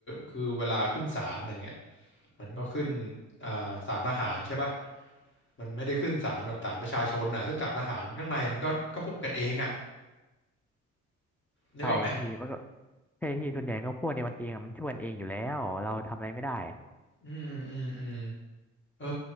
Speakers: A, on the left (about 40°); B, in the centre.
A: คือเวลาขึ้นศาลอย่างเงี้ยมันก็ขึ้นอ่าศาลทหารใช่ป่ะมันไม่ได้ขึ้นศาลแบบศาลประชาชนน่ะซึ่งศาลทหารข้างในมันก็ก็พวกกันเองอ่ะนึกออกไหม
B: ใช่พี่มันก็ใช่พี่ส่วนใหญ่ก็พวกเดียวมันเองอะมันช่วยกันเองอยู่แล้วเราทำอะไรไม่ได้
A: อืมอืมอืมเออ